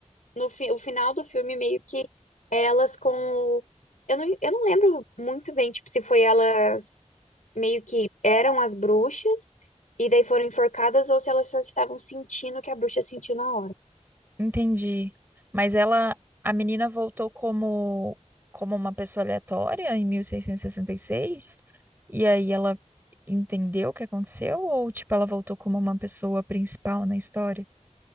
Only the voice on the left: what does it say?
no fi- o final do filme, meio que elas com o. Eu não, eu não lembro muito bem, tipo, se foi elas meio que eram as bruxas e daí foram enforcadas ou se elas só estavam sentindo o que a bruxa sentiu na hora.